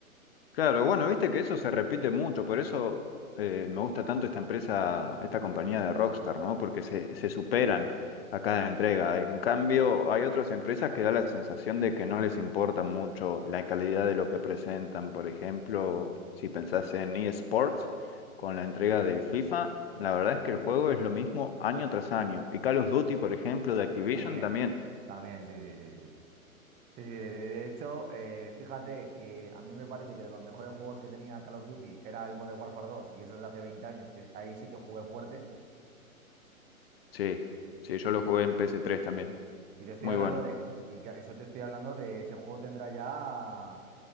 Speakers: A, on the left; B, on the right.
A: Claro, bueno, viste que eso se repite mucho, por eso eh, me gusta tanto esta empresa, esta compañía de Rockstar, ¿no? Porque se, se superan a cada entrega. En cambio, hay otras empresas que da la sensación de que no les importa mucho la calidad de lo que presentan. Por ejemplo, si pensás en eSports, con la entrega
B: Sí,
A: del FIFA, la verdad es que el juego es lo mismo año tras año. Y Call of Duty, por ejemplo, de Activision
B: también,
A: también.
B: también, sí, sí, sí, sí. Sí, sí, de, de hecho, eh, fíjate que a mí me parece que de los mejores juegos que tenía Call of Duty era el Modern Warfare dos y eso es de hace 20 años, que ahí sí que jugué fuerte,
A: Sí, sí, yo lo
B: y,
A: jugué en PS3 también.
B: y te estoy
A: Muy
B: hablando
A: bueno.
B: de, y que eso te estoy hablando de ese juego tendrá ya